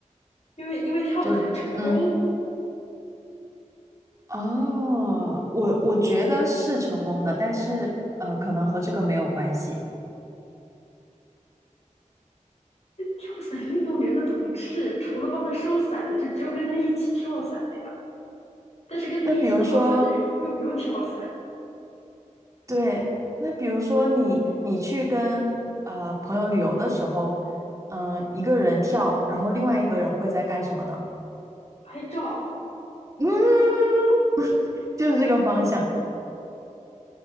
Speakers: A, on the left; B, on the right.
A: 因为因为跳的很成功。
B: 就嗯，哦，我我觉得是成功的，但是呃，可能和这个没有关系。
A: 那跳伞运动员的同事，除了帮他收伞的，就只有跟他一起跳伞的呀。但是跟他一起跳伞的人又不用跳伞，
B: 那比如说，对，那比如说你你去跟呃朋友旅游的时候，嗯、一个人跳，然后另外一个人会在干什么呢？
A: 拍照
B: 嗯，<laughs> 就是这个方向。